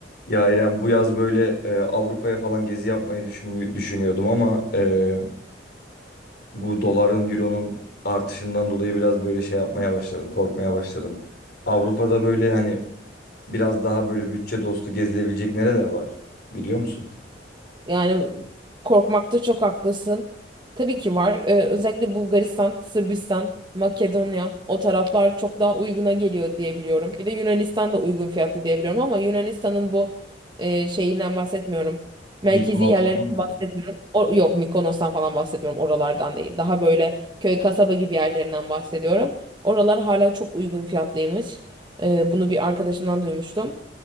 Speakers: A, on the left; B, on the right.
A: Ya İrem bu yaz böyle e, Avrupa'ya falan gezi yapmayı düşün, düşünüyordum ama e, bu doların, euronun artışından dolayı biraz böyle şey yapmaya başladım, korkmaya başladım. Avrupa'da böyle hani biraz daha böyle bütçe dostu gezilebilecek nereler var biliyor musun?
B: Yani korkmakta çok haklısın. Tabii ki var. Ee, özellikle Bulgaristan, Sırbistan, Makedonya o taraflar çok daha uyguna geliyor diye biliyorum. Bir de Yunanistan da uygun fiyatlı diye biliyorum ama Yunanistan'ın bu e, şeyinden bahsetmiyorum. Merkezi
A: Mykonos
B: yerlerinden
A: falan mı?
B: bahsetmiyorum. O, yok Mikonos'tan falan bahsetmiyorum. Oralardan değil. Daha böyle köy kasaba gibi yerlerinden bahsediyorum. Oralar hala çok uygun fiyatlıymış. Ee, bunu bir arkadaşımdan duymuştum.